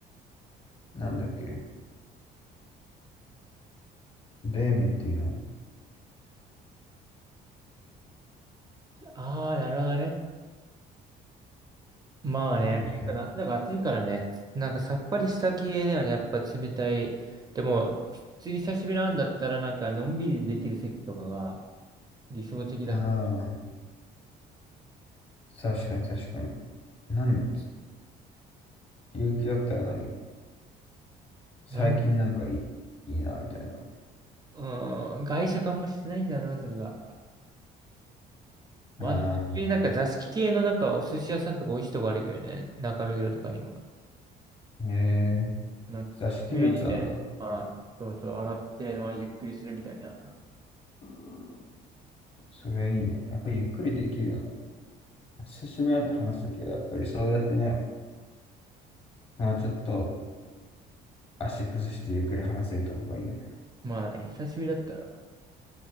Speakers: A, on the left; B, on the right.
A: なんだっけ冷麺っていうの。
B: ああ、なるほどね。まあね、
A: なんだっけああ
B: 結構夏だから暑いからね、なんかさっぱりした系だよね、やっぱ冷たい。でも、普通に久しぶりなんだったら、なんかのんびりできる席とかが理想的だけど。
A: ー、確かに確かに。何勇気だったら何最近なんかいい、
B: なん、
A: いいな、みたいな。
B: うーん、外食あんましてないんだよな、それが。まあでも、
A: ああ、
B: 普通になんか座敷系のなんかお寿司屋さんとか美味しいとこあるけどね、中目黒とかにも。
A: ええ
B: なんか、
A: 座敷のやつなんだ。
B: くつ脱いでね、まあ、そうそう、上がって、まあ、ゆっくりするみたいな。
A: うん。それいいね。やっぱりゆっくりできるのは。久しぶりに会って話すときは、やっぱりそうやってね、まあ、ちょっと足崩してゆっくり話せるとこがいいよね。
B: まあね、久しぶりだったら、